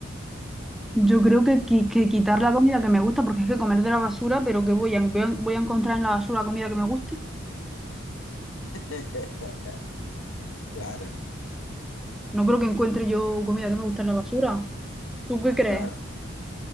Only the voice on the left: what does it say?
<laughs> Claro,
claro.